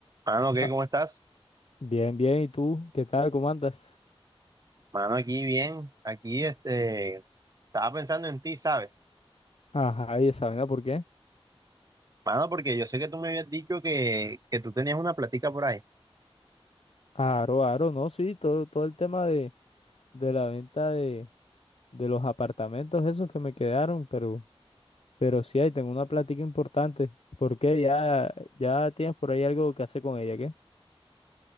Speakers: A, on the right; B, on the left.
A: Mano, ¿qué?
B: Ah,
A: ¿Cómo estás?
B: bien, bien. ¿Y tú? ¿Qué tal? ¿Cómo andas?
A: Mano, aquí bien. Aquí, este, estaba pensando en ti, ¿sabes?
B: Ajá, ¿y esa vaina por qué?
A: Mano, porque yo sé que tú me habías dicho que, que tú tenías una platica por ahí.
B: Aro, aro, no, sí, todo, todo el tema de, de la venta de, de los apartamentos esos que me quedaron, pero, pero sí, ahí tengo una plática importante. ¿Por qué? Ya, ya tienes por ahí algo que hacer con ella, ¿qué?